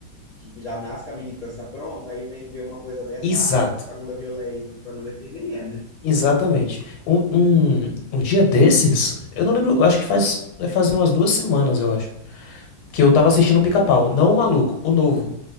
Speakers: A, on the left; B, on the left.
A: fica- já nasce com a militância pronta, aí vem ver uma coisa dessa,
B: exato,
A: ah, tá propagando violência, tá propagando aquele, nem é, né?
B: exatamente. Um, um, um dia desses, eu não lembro, eu acho que faz, vai fazer umas duas semanas, eu acho. que eu tava assistindo o Pica-Pau, não o maluco, o novo,